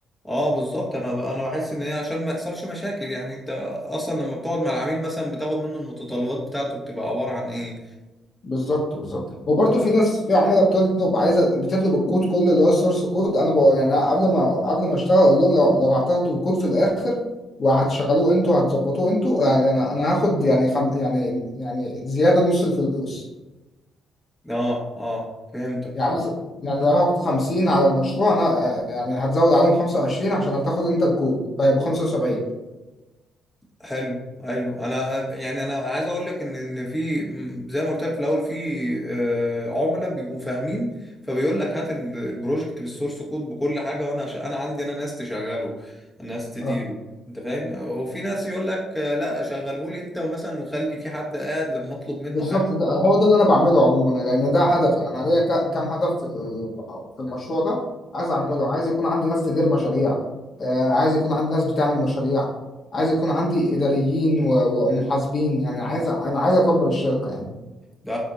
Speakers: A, in the centre; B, on the left (about 50°).
A: اه بالظبط انا ب- انا بحس ان هي عشان ما يحصلش مشاكل يعني انت اصلا لما بتقعد مع العميل مثلا بتاخد منه المتطلبات بتاعته بتبقى عبارة عن ايه
B: بالظبط بالظبط وبرضه في ناس في عملاء بتطلب عايزه بتطلب الكود كله اللي هو السورس كود انا بقى يعني قبل ما قبل ما اشتغل اقول لهم لو لو هتاخدوا الكود في الاخر وهتشغلوه انتوا وهتظبطوه انتوا يعني انا انا هاخد يعني خم يعني يعني زياده نص الفلوس
A: اه اه فهمتك
B: يعني مثلا يعني لو هاخد 50 على المشروع انا يعني هتزود عليهم 25 عشان هتاخد انت الكود فيبقى 75
A: حلو حلو انا يعني انا عايز اقول لك ان ان في م، زي ما قلت لك في الاول في آه، عملاء بيبقوا فاهمين فبيقول لك هات ال- البروجكت بالسورس كود بكل حاجه وانا هش- انا عندي انا ناس تشغله ناس تديره
B: اه
A: انت فاهم وفي ناس يقول لك آه، لا شغله لي انت ومثلا وخلي في حد قاعد لما اطلب منه
B: بالظبط ده هو ده اللي انا بعمله عموما لان ده هدف يعني انا ليا ك- كام هدف في ال- في المشروع ده عايز اعمله عايز يكون عندي ناس تدير مشاريع آه، عايز يكون عندي ناس بتعمل مشاريع عايز يكون عندي اداريين و- و- ومحاسبين يعني عايز أ- انا عايز اكبر الشركة يعني
A: ده